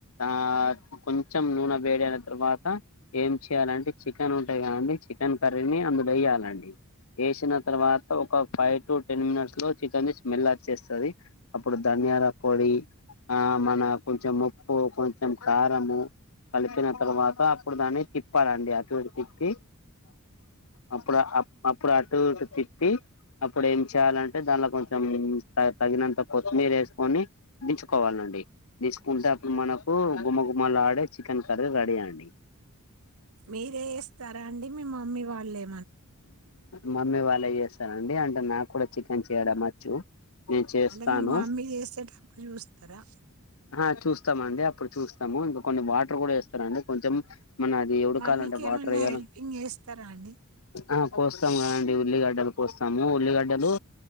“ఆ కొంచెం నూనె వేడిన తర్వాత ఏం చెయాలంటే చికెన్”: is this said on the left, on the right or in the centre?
Left